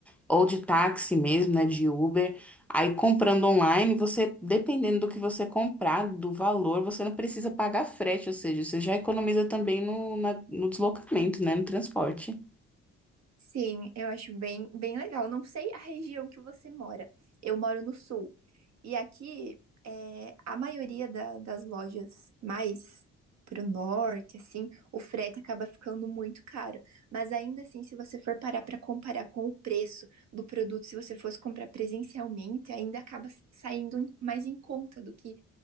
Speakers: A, in the centre; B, on the right.
A: ou de táxi mesmo, né, de Uber. Aí comprando online, você, dependendo do que você comprar, do valor, você não precisa pagar frete, ou seja, você já economiza também no, na- no deslocamento, né, no transporte.
B: Sim, eu acho bem, bem legal. Não sei a região que você mora. Eu moro no sul. E aqui, é, a maioria da- das lojas mais pro norte, assim, o frete acaba ficando muito caro. Mas ainda assim, se você for parar para comparar com o preço do produto, se você fosse comprar presencialmente, ainda acaba s- saindo em- mais em conta do que